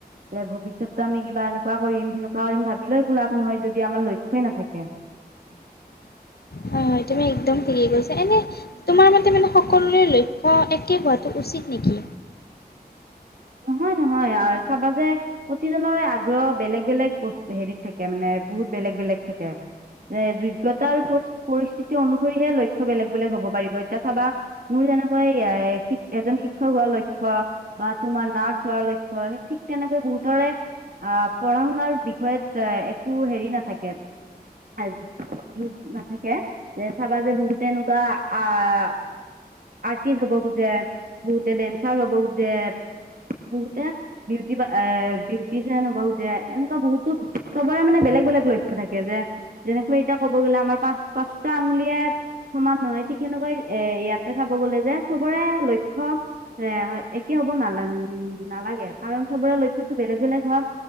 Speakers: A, on the right; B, on the left.
A: যে ভৱিষ্যতটো আমি কিবা এনেকোৱা কৰিম সেনেকোৱা কৰিম ভাবিলে একো লাভ নহয় যদি আমাৰ লক্ষ্যই নাথাকে। <inaudible>
B: হয় হয় তুমি একদম থিকেই কৈছা এনে তোমাৰ মতে মানে সকলোৰে লক্ষ্য একে হোৱাটো উচিত নেকি
A: <inaudible> নহয়, নহয় আৰু চাবা যে প্ৰতিজনৰে আগ্ৰহ বেলেগ বেলেগ বস্তু হেৰিত থাকে মানে - বহুত বেলেগ বেলেগ থাকে। যে যোগ্যতা আৰু পৰিচ পৰিস্থিতি অনুসৰিহে লক্ষ্য বেলেগ বেলেগ হব পাৰিব এতিয়া চাবা মোৰ তেনেকোৱাই ইয়া এজন শিক্ষক হোৱাৰ লক্ষ্য বা তোমাৰ না চোৱাৰ লক্ষ্য ঠিক তেনেকৈ বহুতৰে আহ পঢ়া শুনাৰ বিষয়ত একো হেৰি নাথাকে। যোগ নাথাকে যে চাবা যে বহুতে এনেকোৱা আহ আৰ্টিষ্ট হ'ব খোজে, বহুতে ডেন্সাৰ হ'ব খোজে বহুতে বিউটি এ বিউটিচিয়ান বহুতে এনেকোৱা বহুতো চবৰে মানে বেলেগ বেলেগ লক্ষ্য থাকে যে, যেনেকৈ এতিয়া ক'ব গ'লে আমাৰ পাঁচ পাঁচটা আঙুলিয়ে সমান নহয়, ঠিক তেনেকৈ এ ইয়াতে চাব গ'লে যে, চবৰে লক্ষ্য বেয়া হ'য়। একে হ'ব নালান্‌ উম নালাগে কাৰণ চবৰে লক্ষ্যটো বেলেগ বেলেগ হোৱা